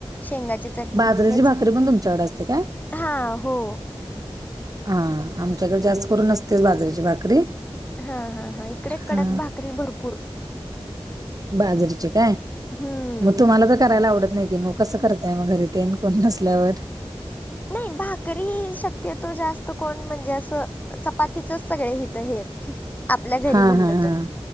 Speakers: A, on the left; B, on the right.
A: शेंगाची चटणी
B: बाजरीची
A: हेच
B: भाकरी पण तुमच्याकडे असते काय?
A: हां हो
B: हा आमच्याकडे जास्त करून नसतेच बाजरीची भाकरी
A: ह ह ह इकडे
B: हा
A: कडक भाकरी भरपूर.
B: बाजरीची काय!
A: हम्म
B: मग तुम्हाला तर करायला आवडत नाही की मग? कसं करताय मग घरी ते आणि कोण नसल्यावर?
A: नाही भाकरी शक्यतो जास्त कोण म्हणजे असं चपातीचच सगळे हित हे आहेत आपल्या घरी
B: हा
A: म्हणलं
B: हा हा
A: तर